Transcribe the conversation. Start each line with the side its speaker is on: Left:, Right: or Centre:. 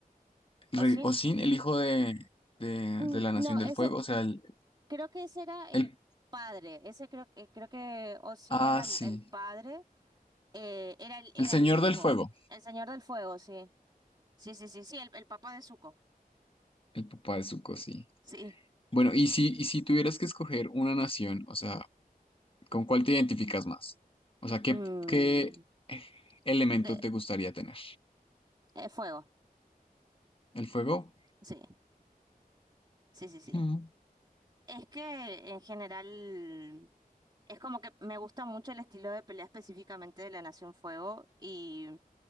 Left: Rey
Right: ¿O sin?
Left: Osin, el hijo de, de,
Right: Mm,
Left: de la
Right: No,
Left: Nación del
Right: ese,
Left: Fuego, o sea, el,
Right: creo que ese era el
Left: el-
Right: padre, ese creo que, creo que Osin
Left: Ah,
Right: era
Left: sí.
Right: el el padre. Eh, era el, era
Left: El Señor
Right: el hijo.
Left: del Fuego,
Right: El Señor del Fuego, sí. Sí, sí, sí, sí, el, el papá de Zuko.
Left: el papá de Zuko, sí.
Right: Sí.
Left: Bueno, y si, y si tuvieras que escoger una nación, o sea, ¿con cuál te identificas más? O sea, ¿qué,
Right: Mm,
Left: qué elemento
Right: de-
Left: te gustaría tener?
Right: eh, fuego.
Left: ¿El fuego?
Right: Sí, sí, sí, sí.
Left: Mm.
Right: Es que en general es como que me gusta mucho el estilo de pelea específicamente de la Nación Fuego y